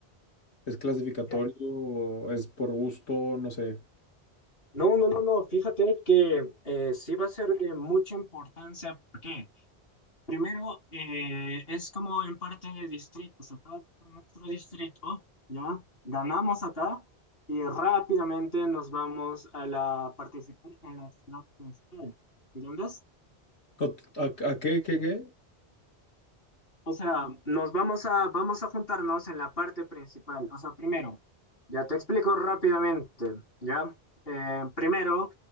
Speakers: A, on the left; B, on the left.
A: ¿Es clasificatorio?
B: Ya.
A: ¿Es por gusto? No sé.
B: No, no, no, no, fíjate que eh, sí va a ser de mucha importancia. ¿Por qué? Primero, eh, es como en parte de distritos. Acá por nuestro distrito, ya ganamos acá y rápidamente nos vamos a la participar en la ciudad municipal. ¿Entiendes?
A: ¿O t- ¿A, a qué, qué, qué?
B: O sea, nos vamos a, vamos a juntarnos en la parte principal. O sea, primero, ya te explico rápidamente, ¿ya? Eh, primero,